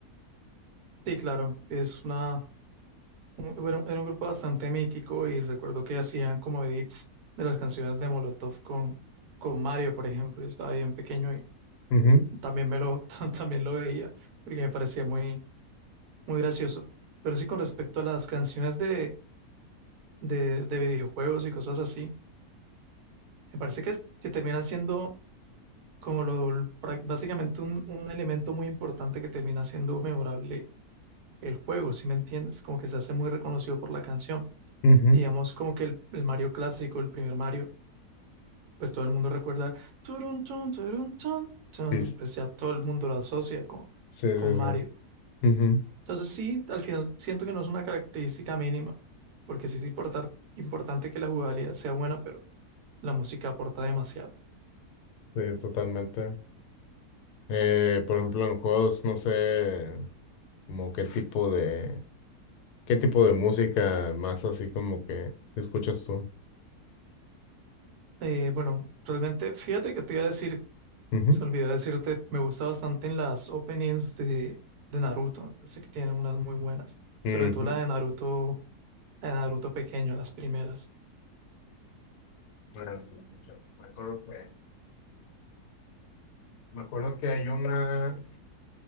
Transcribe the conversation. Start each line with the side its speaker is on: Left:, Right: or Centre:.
Right: sí, claro, es una un- Era un, era un grupo bastante mítico y recuerdo que hacían como edits de las canciones de Molotov con, con Mario, por ejemplo. Yo estaba bien pequeño y
Left: Ujú,
Right: también me lo, <laughs> también lo veía porque me parecía muy, muy gracioso. Pero sí, con respecto a las canciones de, de, de videojuegos y cosas así, me parece que, es- que terminan siendo como lo, prá- básicamente un, un elemento muy importante que termina siendo memorable el juego, si me entiendes? Como que se hace muy reconocido por la canción
Left: ujú,
Right: digamos
Left: ujú.
Right: como que el, el Mario clásico, el primer Mario, pues todo el mundo recuerda turun, tun, turun, tun, tun,
Left: Sí, sí,
Right: y pues ya todo el mundo lo asocia con,
Left: sí,
Right: con
Left: sí, sí.
Right: Mario.
Left: Ujú,
Right: Entonces sí, al final siento que no es una característica mínima, porque sí es importar- importante que la jugabilidad sea buena, pero la música aporta demasiado.
Left: sí, totalmente. Eh, por ejemplo, en juegos, no sé, como qué tipo de, qué tipo de música más así como que escuchas tú.
Right: Eh, bueno, realmente, fíjate que te iba a decir,
Left: Ujú.
Right: se olvidó decirte, me gusta bastante en las openings de, de Naruto, me parece que tienen unas muy buenas, sobre
Left: Ujú.
Right: todo la de Naruto a Naruto pequeño, las primeras.
Left: bueno sí, mucho. Me acuerdo que, me acuerdo que hay una,